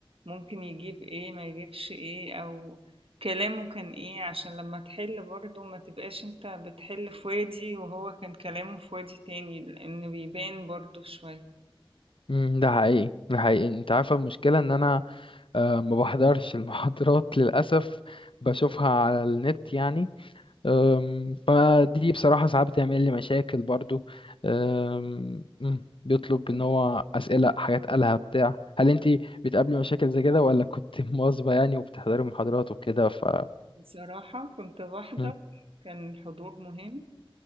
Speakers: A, on the right; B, on the left.
A: ممكن يجيب ايه ما يجيبش ايه او كلامه كان ايه عشان لما تحل برضو ما تبقاش انت بتحل في وادي وهو كان كلامه في وادي تاني لان بيبان برضو شوية
B: أمم، ده حقيقي ده حقيقي انت عارفه المشكله ان انا أه ما بحضرش المحاضرات <laughs> للأسف بشوفها على النت يعني أم، فدي بصراحة ساعات بتعمل لي مشاكل برضو أم، مم، بيطلب ان هو أسئلة حاجات قالها بتاع هل انتي بتقابلي مشاكل زي كده ولا كنت <laughs> مواظبة يعني وبتحضري محاضرات وكده ف
A: بصراحة كنت بحضر
B: مم،
A: كان الحضور مهم